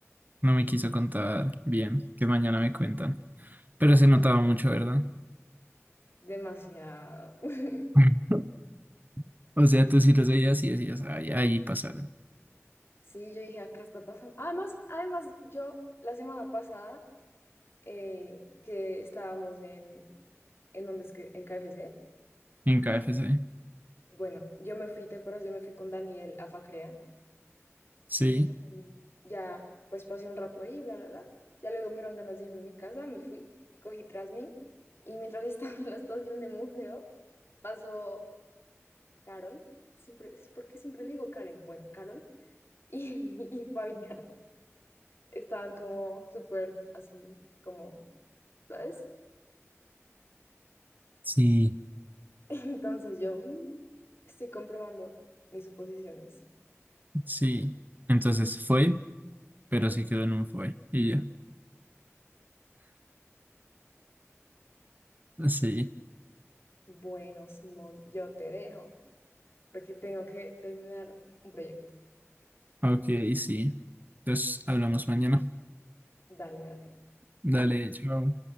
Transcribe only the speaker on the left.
demasiado. <laughs>
Sí, yo dije, acá está pasando. Además, además, yo la semana pasada eh, que estábamos en, en donde es que, en KFC,
bueno, yo me fui, ¿te acuerdas? Yo me fui con Daniel a Facrea
Y mm, ya, pues pasé un rato ahí, bla, bla, bla. Ya luego me dieron ganas de irme a mi casa, me fui, cogí tras mí. Y mientras <laughs> estaba en la estación de museo, pasó Carol. Siempre, ¿por qué siempre le digo Karen? Bueno, Carol <laughs> y, y Fabián estaban como súper así, como, ¿sabes?
<laughs> Entonces yo mm, estoy comprobando mis suposiciones.
Bueno, Simón, yo te dejo porque tengo que terminar un proyecto.
Dale, dale.